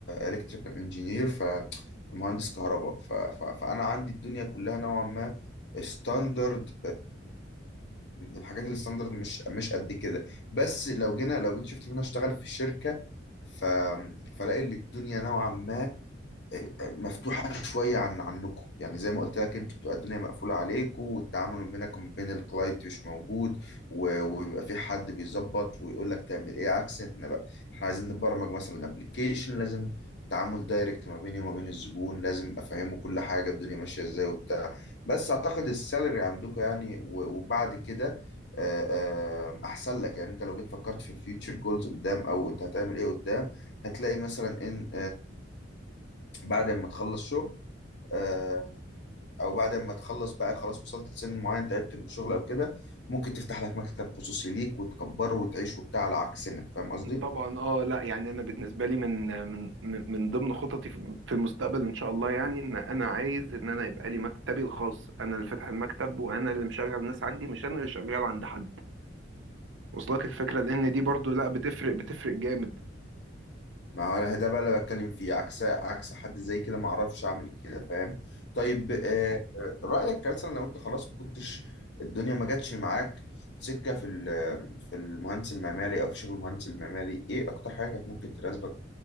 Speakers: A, on the left (about 65°); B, on the right (about 85°).
A: الكتريكال انجينير فمهندس كهرباء ف- ف- فانا عندي الدنيا كلها نوعا ما ستاندرد الحاجات الستاندرد مش مش قد كده بس لو جينا لو جيت شفت ان انا اشتغل في شركه ف فلاقي ان الدنيا نوعا ما مفتوحة شوية عن عنكم يعني زي ما قلت لك انت بتبقى الدنيا مقفولة عليكم والتعامل ما بينك وما بين الكلاينت مش موجود و- وبيبقى في حد بيظبط ويقول لك تعمل ايه عكس احنا بقى احنا عايزين نبرمج مثلا ابلكيشن لازم تعامل دايركت ما بيني وما بين الزبون لازم افهمه كل حاجة الدنيا ماشية ازاي وبتاع بس اعتقد السالري عندكم يعني و- وبعد كده آه، آه، احسن لك يعني انت لو جيت فكرت في الفيوتشر جولز قدام او انت هتعمل ايه قدام هتلاقي مثلا ان بعد ما تخلص شغل آه، او بعد ما تخلص بقى خلاص وصلت لسن معين تعبت من الشغل او كده ممكن تفتح لك مكتب خصوصي ليك وتكبره وتعيش وبتاع على عكسنا فاهم قصدي
B: طبعا اه لا يعني انا بالنسبه لي من من من من ضمن خططي في في المستقبل ان شاء الله يعني ان انا عايز ان انا يبقى لي مكتبي الخاص انا اللي فاتح المكتب وانا اللي مشغل ناس عندي مش انا اللي شغال عند حد وصلك الفكره لان دي برضو لا بتفرق بتفرق جامد
A: ما هو ده بقى اللي بتكلم فيه عكس عكس حد زي كده ما اعرفش اعمل كده فاهم طيب آه، آه، رأيك مثلا لو انت خلاص ما كنتش الدنيا ما جاتش معاك سكة في ال- في المهندس المعماري او في شغل المهندس المعماري ايه اكتر حاجة كانت ممكن تناسبك